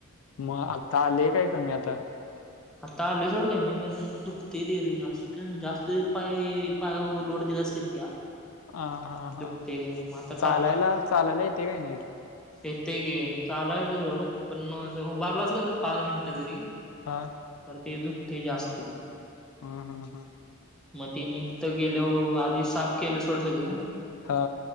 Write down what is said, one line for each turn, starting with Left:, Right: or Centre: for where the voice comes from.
Left: मग आता आलंय काय कमी आता?
Centre: आता आलंय सोडं कमी पण दुखतयं ते रे जास्त. जास्त पाय पायावर लोड दिलास कनी त्या
Left: हा हा हा
Centre: दुखते मग आता
Left: चालायला चालायला येतंय काय नीट?
Centre: येतंय की, चालायं येतंय सोड पण असं उभारलास कनी पाच मिनटं जरी
Left: हा
Centre: तर ते दुखतंय जास्त.
Left: हा हा हा.
Centre: मग तिनी तिथं गेल्याव आधी साफ केलं थोडं सगळं,
Left: हा.